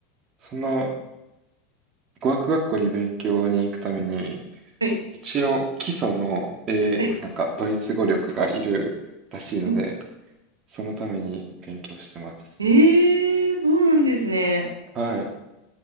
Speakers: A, on the right (about 35°); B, on the right (about 80°).
A: その語学学校に勉強に行くために、
B: はい、
A: 一応基礎の、えーなんかドイツ語力がいるらしいので、
B: はい。ん
A: そのために勉強してます。
B: ええそうなんですね。
A: はい。